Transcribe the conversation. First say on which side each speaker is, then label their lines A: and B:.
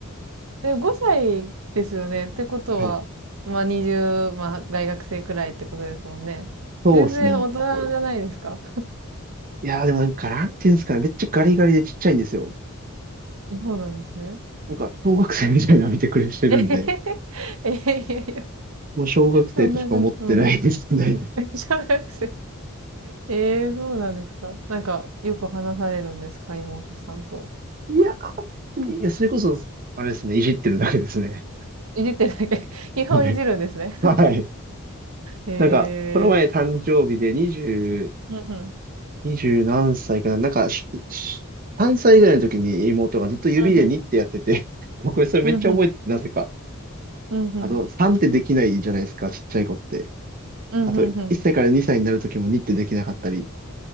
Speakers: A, on the right (about 75°); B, on the right (about 40°).
A: え、5歳ですよね。ってことは、
B: はい。
A: まあ20、まあ大学生くらいってことですもんね。
B: そうですね。
A: 全然大人じゃないですか。
B: いや、でもなんか、なんていうんですかね。めっちゃガリガリでちっちゃいんですよ。
A: そうなんですね。
B: なんか、小学生みたいな見てくれしてるんで、
A: えへへへ。いやいやいや、
B: もう小学生としか思ってないですね。
A: そんなこと、うん。<laughs> 小学生。ええそうなんですか。なんか、よく話されるんですか、妹さんと。
B: いやー、いや、それこそ、あれですね。いじってるだけですね。
A: いじってるだけ。<laughs> 基本いじるんですね。
B: はい。はい。
A: <laughs>
B: なんか、この前誕生日で20、
A: ええうんうん。
B: 20何歳かな。なんか、しし3歳ぐらいの時に妹がずっと指でにってやってて、
A: うんうん。
B: 僕それめっちゃ覚えてて、
A: うんうん。
B: なぜか。
A: うんうん。
B: あの、3ってできないじゃないですか、ちっちゃい子って。
A: うんうんうん。
B: あと、1歳から2歳になるときも2ってできなかったり